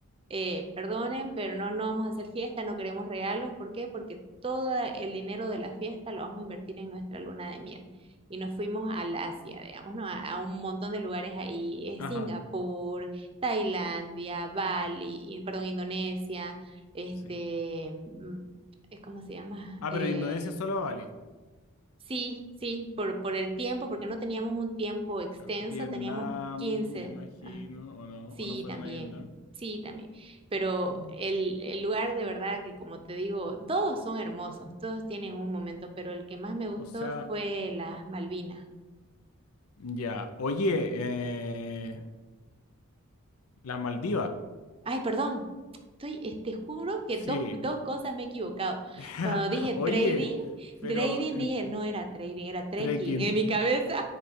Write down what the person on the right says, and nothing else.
eh, perdonen, pero no, no vamos a hacer fiesta, no queremos regalos. ¿Por qué? Porque todo el dinero de la fiesta lo vamos a invertir en nuestra luna de miel. Y nos fuimos al Asia, digamos, ¿no? A, a un montón de lugares ahí, eh,
Singapur, Tailandia, Bali, y- perdón, Indonesia, este,
mm, eh, ¿cómo se llama?
Eh,
sí, sí, por, por el tiempo, porque no teníamos un tiempo extenso,
teníamos 15.
Sí,
también,
sí, también. Pero
el, el lugar de verdad que, como te digo, todos son hermosos, todos tienen un momento, pero el que más me gustó
fue las Malvinas.
Ay, perdón, estoy, eh, te juro que
dos, dos cosas me he equivocado.
Cuando dije trading,
trading
dije, no era trading, era trekking
en mi cabeza.